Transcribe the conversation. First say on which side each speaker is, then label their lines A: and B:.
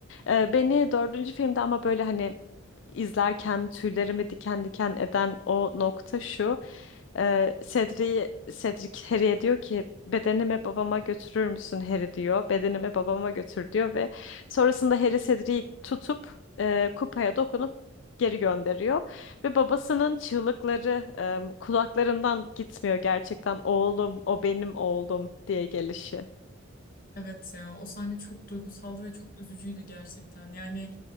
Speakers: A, on the left; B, on the left.
A: E, beni dördüncü filmde ama böyle hani izlerken tüylerimi diken diken eden o nokta şu. E, Cedric'i Cedric Harry'e diyor ki bedenimi babama götürür müsün Harry diyor. Bedenimi babama götür diyor ve sonrasında Harry Cedric'i tutup e, kupaya dokunup geri gönderiyor. Ve babasının çığlıkları e, kulaklarımdan gitmiyor gerçekten oğlum o benim oğlum diye gelişi.
B: Evet ya o sahne çok duygusaldı ve çok üzücüydü gerçekten. Yani